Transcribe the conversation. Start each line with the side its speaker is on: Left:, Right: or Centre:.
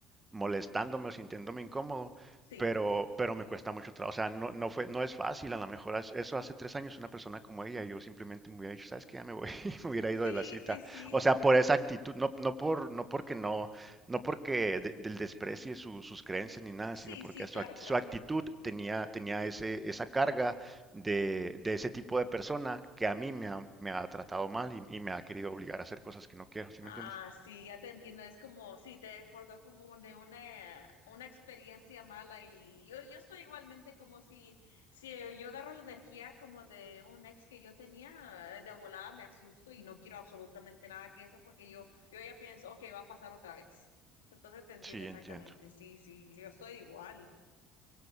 Right: molestándome o sintiéndome incómodo,
Left: sí,
Right: pero, pero me cuesta mucho trabajo. O sea, no, no fue, no es fácil. A lo mejor as- eso hace tres años una persona como ella, yo simplemente me hubiera dicho, ¿sabes qué? Ya me voy, <laughs> y me hubiera
Left: sí,
Right: ido de la cita.
Left: sí, sí,
Right: O sea, por esa actitud, no, no por, no porque no, no porque de- del desprecie su- sus creencias ni nada,
Left: sí,
Right: sino porque
Left: sí,
Right: su,
Left: claro,
Right: act-
Left: claro.
Right: su actitud tenía, tenía ese, esa carga de, de ese tipo de persona que a mí me ha, me ha tratado mal y, y me ha querido obligar a hacer cosas que no quiero, ¿sí
Left: Ah,
Right: me entiendes?
Left: sí, ya te entiendo. Es como, sí, te recordó como de una, una experiencia mala y yo, yo estoy igualmente como si, si yo agarro la energía como de un ex que yo tenía, eh, de volada me asusto y no quiero absolutamente nada que eso porque yo, yo ya pienso, ok, va a pasar otra vez. Entonces te entiendo
Right: Sí,
Left: exactamente,
Right: entiendo.
Left: sí, sí, yo estoy igual.